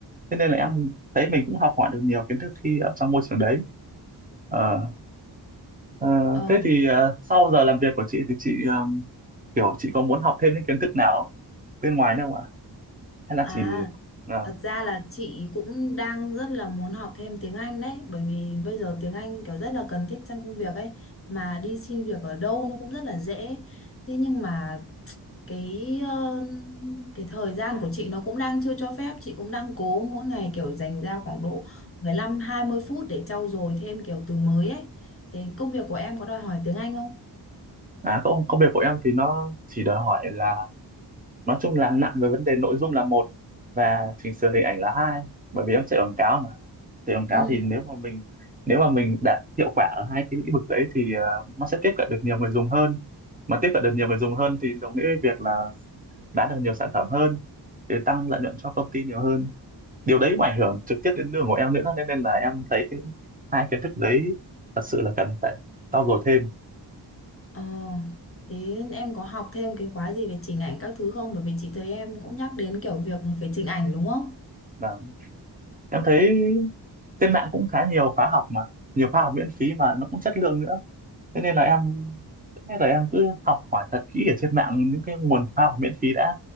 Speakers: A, on the right; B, on the left.
A: thế nên là em thấy mình cũng học hỏi được nhiều kiến thức khi ở trong môi trường đấy Ờ, ờ,
B: Ờ,
A: thế thì ờ, sau giờ làm việc của chị thì chị ờ, kiểu chị có muốn học thêm những kiến thức nào bên ngoài nữa không ạ? Hay là
B: à,
A: chỉ ờ,
B: thật ra là chị cũng đang rất là muốn học thêm tiếng Anh đấy, bởi vì bây giờ tiếng Anh kiểu rất là cần thiết trong công việc ấy, mà đi xin việc ở đâu nó cũng rất là dễ. Thế nhưng mà cái ờ, cái thời gian của chị nó cũng đang chưa cho phép chị cũng đang cố mỗi ngày kiểu dành ra khoảng độ 15 20 phút để trau dồi thêm kiểu từ mới ấy thế công việc của em có đòi hỏi tiếng Anh không
A: à công, công việc của em thì nó chỉ đòi hỏi là nói chung làm nặng về vấn đề nội dung là một và chỉnh sửa hình ảnh là hai bởi vì em chạy quảng cáo mà chạy quảng cáo
B: ừ
A: thì nếu mà mình nếu mà mình đạt hiệu quả ở hai cái lĩnh vực đấy thì ờ, nó sẽ tiếp cận được nhiều người dùng hơn mà tiếp cận được nhiều người dùng hơn thì đồng nghĩa với việc là bán được nhiều sản phẩm hơn để tăng lợi nhuận cho công ty nhiều hơn điều đấy cũng ảnh hưởng trực tiếp đến đường của em nữa nên, nên là em thấy cái, hai kiến thức đấy thật sự là cần phải trau dồi thêm
B: ờ thế em có học thêm cái khóa gì về chỉnh ảnh các thứ không bởi vì chị thấy em cũng nhắc đến kiểu việc về chỉnh ảnh đúng không
A: và em thấy trên mạng cũng khá nhiều khóa học mà nhiều khóa học miễn phí mà nó cũng chất lượng nữa thế nên là em thế là em cứ học hỏi thật kỹ ở trên mạng những cái nguồn khóa học miễn phí đã